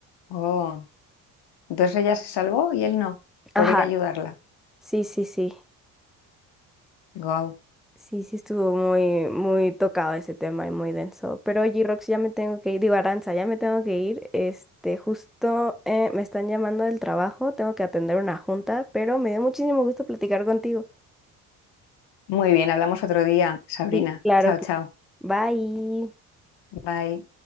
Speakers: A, on the left (about 65°); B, in the centre.
A: Oh. Entonces ella se salvó y él no, por
B: Ajá,
A: ir a ayudarla.
B: sí, sí, sí.
A: Guau.
B: Sí, sí estuvo muy, muy tocado ese tema y muy denso. Pero oye, Rox, ya me tengo que ir, digo, Aranza, ya me tengo que ir. Este, justo eh, me están llamando del trabajo, tengo que atender una junta, pero me dio muchísimo gusto platicar contigo.
A: Muy bien, hablamos otro día, Sabrina.
B: Sí, claro
A: Chao,
B: que
A: chao.
B: Bye.
A: Bye.